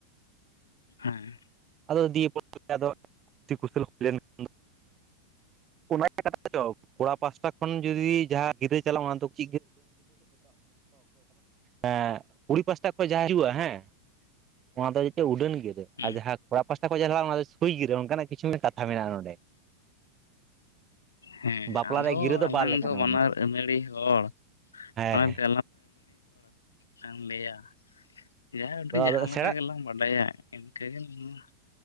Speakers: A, on the left; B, on the right.
A: ᱦᱮᱸ
B: ᱟᱫᱚ ᱫᱤᱭᱮ <inaudible> <inaudible> ᱥᱟᱵᱠᱟᱜ ᱢᱮ ᱡᱩᱫᱤ ᱡᱟᱦᱟᱸ ᱜᱤᱫᱽᱨᱟᱹ ᱪᱟᱞᱟᱜᱼᱟ ᱚᱱᱟ ᱫᱚ <inaudible> ᱮᱻᱠᱩᱲᱤ ᱯᱟᱥᱴᱟ ᱠᱷᱚᱱ ᱡᱟᱦᱟᱸ ᱦᱤᱡᱩᱜᱼᱟ ᱦᱮᱸ ᱚᱱᱟ ᱫᱚ ᱩᱰᱟᱹᱱ ᱜᱤᱨᱟᱹ
A: ᱦᱮᱸ
B: ᱟᱨ ᱡᱟᱦᱟᱸ <unintelligible> <unintelligible> ᱥᱩᱭ ᱜᱤᱨᱟ ᱚᱱᱠᱟᱱᱟᱜ ᱠᱤᱪᱷᱩ ᱠᱟᱛᱷᱟ ᱢᱮᱱᱟᱜᱼᱟ ᱱᱚᱰᱮ
A: ᱦᱮᱸ
B: ᱵᱟᱯᱞᱟ
A: ᱟᱫᱚ
B: ᱨᱮ ᱜᱤᱨᱟᱹ
A: ᱟᱞᱟᱝ
B: ᱵᱟᱨ ᱞᱮᱠᱟᱱᱟ
A: ᱫᱚ ᱵᱟᱱᱟᱨ
B: ᱢᱮᱱᱛᱮ
A: ᱟᱹᱱᱟᱹᱲᱤ ᱦᱚᱲ <unintelligible> <unintelligible>
B: ᱦᱮᱸ
A: ᱪᱮᱫ ᱞᱟᱝ ᱞᱟᱹᱭᱟ ᱡᱟ ᱩᱰᱩᱡ
B: ᱟᱫᱚ
A: ᱡᱟᱦᱟᱸ
B: ᱥᱮᱬᱟ
A: ᱞᱮᱠᱟ ᱜᱮᱞᱟᱝ ᱵᱟᱰᱟᱭᱟ ᱤᱱᱠᱟᱹᱮ ᱜᱮᱞᱟᱝ ᱞᱮᱭᱟ